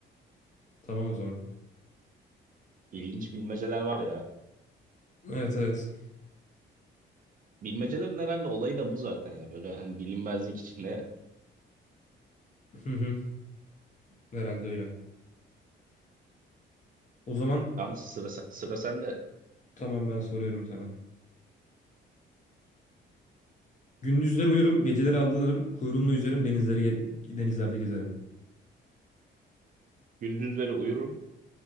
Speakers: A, on the left (about 40°); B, on the right (about 45°).
A: tamam o zaman.
B: İlginç bilmeceler var ya.
A: Evet evet.
B: Bilmecelerin herhalde olayı da bu zaten ya. Böyle hani bilinmezlik içinde
A: <laughs> Hı hı, Herhalde öyle. O zaman
B: Tamam sıra, sıra sende.
A: tamam ben soruyorum bir tane. Gündüzleri uyurum, geceleri avlanırım, kuyruğumla yüzerim, denizleri ge- denizlerde gezerim.
B: Gündüzleri uyurum,